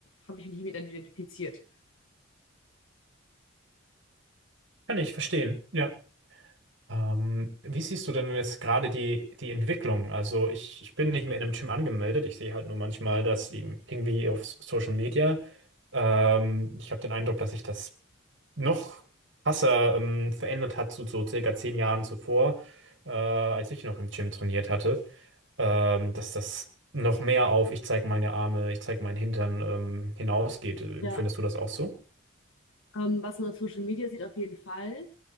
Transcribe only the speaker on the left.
habe ich mich nicht mit identifiziert.
Ja.
Ähm, was man auf Social Media sieht, auf jeden Fall.